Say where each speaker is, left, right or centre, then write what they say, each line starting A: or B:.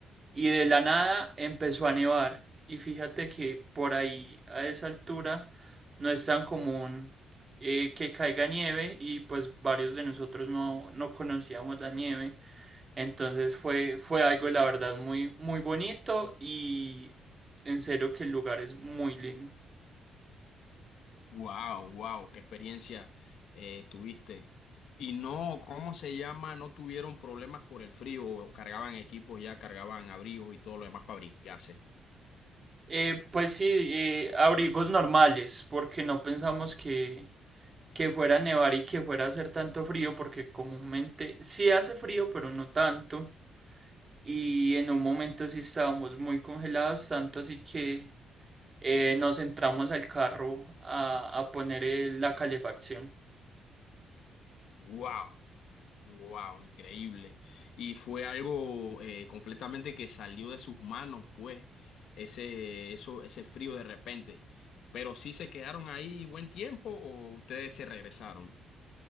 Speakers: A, on the right; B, on the left.
A: y de la nada empezó a nevar. Y fíjate que por ahí a esa altura no es tan común eh, que caiga nieve y pues varios de nosotros no, no conocíamos la nieve. Entonces fue, fue algo, la verdad, muy, muy bonito y en serio que el lugar es muy lindo.
B: Wow, wow, qué experiencia eh, tuviste. Y no, ¿cómo se llama? No tuvieron problemas por el frío, o cargaban equipos ya, cargaban abrigos y todo lo demás para abrigarse.
A: Eh, pues sí, eh, abrigos normales, porque no pensamos que, que fuera a nevar y que fuera a hacer tanto frío, porque comúnmente sí hace frío, pero no tanto. Y en un momento sí estábamos muy congelados, tanto así que eh, nos entramos al carro a, a poner el- la calefacción.
B: Wow, wow, increíble. Y fue algo eh, completamente que salió de sus manos, pues, ese, eso, ese frío de repente. Pero sí se quedaron ahí buen tiempo o ustedes se regresaron.